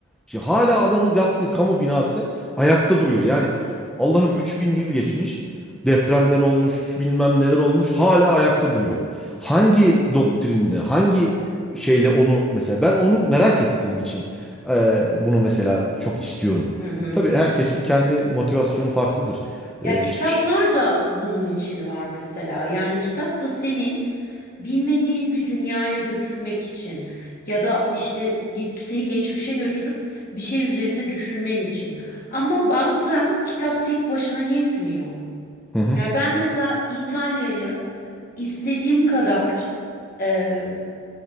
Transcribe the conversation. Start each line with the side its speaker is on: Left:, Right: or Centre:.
Centre: Şimdi hala adamın yaptığı kamu binası ayakta duruyor. Yani Allah'ım 3000 yıl geçmiş. Depremler olmuş, bilmem neler olmuş. Hala ayakta duruyor. Hangi doktrinde, hangi şeyle onu mesela ben onu merak ettiğim için e, bunu mesela çok istiyorum.
Left: Hı hı.
Centre: Tabii herkesin kendi motivasyonu farklıdır.
Left: Ya
Centre: E,
Left: kitaplar
Centre: çıkış.
Left: da bunun için var mesela. Yani kitap da seni bilmediğin bir dünyaya götürmek için ya da işte ge- seni geçmişe götürüp bir şey üzerinde düşünmen için. Ama bazen kitap tek başına yetmiyor.
Centre: Hı hı.
Left: Yani ben mesela İtalya'yı istediğim kadar e,